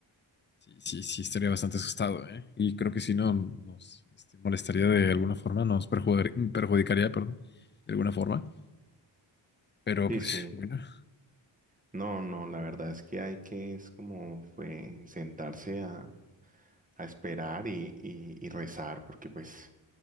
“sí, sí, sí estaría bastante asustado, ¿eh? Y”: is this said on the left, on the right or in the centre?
Left